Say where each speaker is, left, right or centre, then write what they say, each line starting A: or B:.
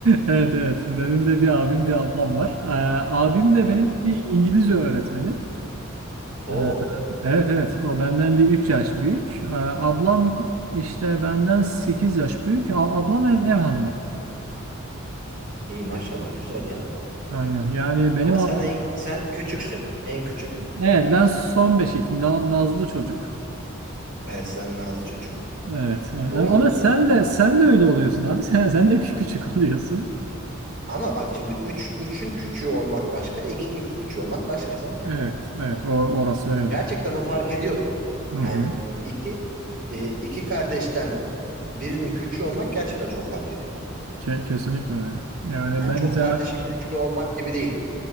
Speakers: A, on the right; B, on the right.
A: Evet evet. Benim de bir abim
B: Aha.
A: bir ablam var. Ee, abim de
B: Hı.
A: benim bir İngilizce öğretmeni.
B: O.
A: Ee, evet evet. O benden bir 3 yaş büyük. Ee, ablam da işte benden 8 yaş büyük. A- ablam ev, ev hanımı.
B: İyi maşallah güzel ya.
A: Aynen. Yani benim
B: Ama
A: ablam...
B: sen en- sen küçüksün. En küçük.
A: Evet ben son beşik. Na- nazlı çocuk.
B: Evet sen nazlı çocuk.
A: Evet.
B: O iyiymiş.
A: Ama sen de sen de öyle oluyorsun abi. <laughs> Sen sen de küçük oluyorsun.
B: Ama bak şimdi üç üçün küçüğü olmak başka, ikinin küçüğü olmak başka canım yani.
A: Evet evet. O- orası öyle.
B: Gerçekten o fark ediyor bak.
A: Hı hı.
B: Yani iki e, iki kardeşten birinin küçüğü olmak gerçekten çok fark ediyor.
A: Ke- kesinlikle öyle. Yani
B: Yani
A: ben
B: çok
A: mesela
B: kardeşin küçüğü olmak gibi değil.